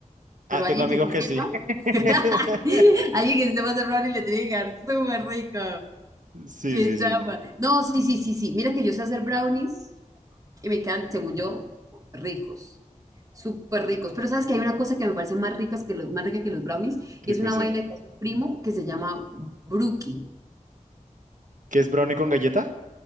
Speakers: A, on the right; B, on the right.
A: Pero
B: ah, tengo
A: alguien
B: amigos
A: que sí
B: que
A: sepa,
B: sí. <laughs>
A: <laughs> alguien que sí sepa hacer brownies le tiene que quedar súper rico.
B: Sí,
A: Qué
B: sí,
A: chamba.
B: sí, no.
A: No, sí, sí, sí, sí. Mira que yo sé hacer brownies. y me quedan, según yo, ricos, súper ricos. Pero sabes que hay una cosa que me parece más rica que los, más rica que los brownies
B: Qué
A: y es
B: cosa.
A: una vaina que hace un primo que se llama brookie.
B: ¿Qué es brownie con galleta?